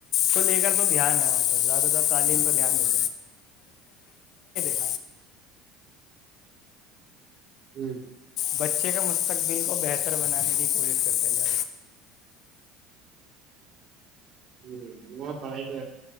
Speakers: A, on the left; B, on the right.
A: تو لے کر تو دھیان ہے واپس <unintelligible>
B: <inaudible>
A: بچے کا مستقبل کو بہتر بنانے کی کوشش کرتے جے
B: ہ وہاں پڑھائی کے